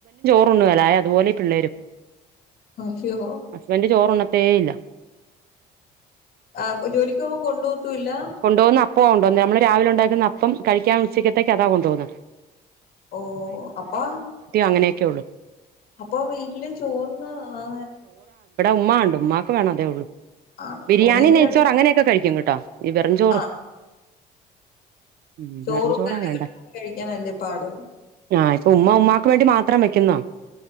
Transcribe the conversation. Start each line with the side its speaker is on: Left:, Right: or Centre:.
Right: കൊണ്ട് പോവല അതുപോലെ പിള്ളേരും
Left: അയ്യോ
Right: ഹസ്ബന്റ്‌ ചോറ്ണ്ണ്ട്ടേ ഇല്ല
Left: ആ ജോലിക്ക് പോമ്പം കൊണ്ടോ വത്തൂല്ല
Right: കൊണ്ടോവ്ന്ന അപ്പവ്വ കൊണ്ടന്ന നമ്മള് രാവിലെ ഉണ്ടാക്കുന്ന അപ്പം കഴിക്കാൻ ഉച്ചക്കത്തേക്ക് അതാ കൊണ്ടോന്നത്
Left: ഓ അപ്പാ
Right: അങ്ങനെയൊക്കെ ഉള്ളൂ
Left: അപ്പൊ വീട്ടില് ചോർന്ന് ആ
Right: ഉമ്മാണ്ട് ഉമ്മാക്ക് വേ <unintelligible> അഉള്ളൂ
Left: ആണ്
Right: ബിരിയാണി
Left: ഓ നിങ്ങക്ക്
Right: നെയ്ച്ചോർ
Left: രണ്ട്
Right: അങ്ങനെയൊക്കെ കഴിക്കുന്ന്ട്ടോ വിവരം ചോറ്
Left: ആ
Right: ഉം
Left: ചോറും
Right: വെറും ചോറാ
Left: കറികളുംക്കെ
Right: വേണ്ട
Left: കഴിക്കാനല്ലേ പാട്
Right: ആഹ് ഉമ്മ ഉമ്മാക്ക് വേണ്ടി മാത്രം വെക്കുന്നാ